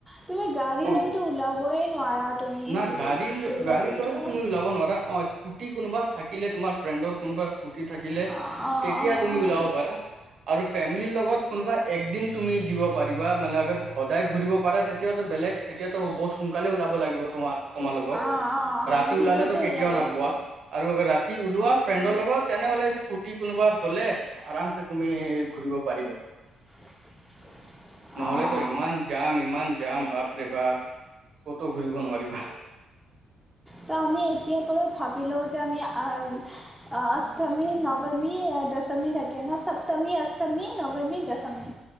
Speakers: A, in the centre; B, on the right (about 65°).
A: তুমি গাড়ী
B: অ
A: লৈতো ওলাবই নোৱাৰা। তুমি
B: না
A: হেৰিত
B: গাড়ী,
A: দুৰ্গা
B: গাড়ী
A: পূজাত
B: লৈতো তুমি ওলাব নোৱাৰা। অ' স্কুটি কোনোবা থাকিলে তোমাৰ ফ্ৰেণ্ডৰ কোনবা। যদি থাকিলে
A: অঁ অঁ
B: তেতিয়া
A: অঁ
B: তুমি
A: অঁ
B: পাৰা আৰু ফেমিলি লগত কোনোবা এক দিন তুমি পাৰিবা মানে আগত সদায় ঘূৰিব পাৰে তেতিয়াও বেলেগ তেতিয়াতো বহুত সোনকালে ওলাব লাগিব তোমাৰ। তোমালোকক
A: অঁ অঁ
B: ৰাতি
A: অঁ দিনতে
B: ওলালে তো কেতিয়াও
A: ওলাব লাগিব
B: নাপোৱা। আৰু আৰু ৰাতি ওলোৱা ফ্ৰেণ্ডৰ লগত তেনেহ'লে স্কুটি কোনোবা হ'লে আৰামছে তুমি ঘূৰিব পাৰিবা।
A: <unintelligible>
B: নহলেতো
A: অঁ
B: ইমান যাম ইমান যাম বাপৰে বাপ ক'তো ঘূৰিব নোৱাৰিব। উ।
A: তো আমি এতিয়াৰ পৰা ভাবি লওঁ যে আমি অষ্টমী, নৱমী দশমী থাকে ন সপ্তমী, অষ্টমী, নৱমী, দশমী,